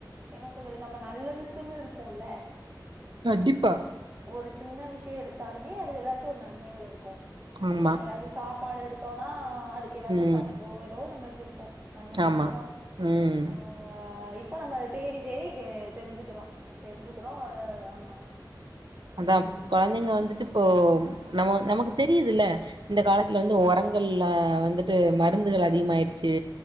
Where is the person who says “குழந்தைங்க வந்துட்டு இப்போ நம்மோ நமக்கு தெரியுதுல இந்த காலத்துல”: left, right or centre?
Right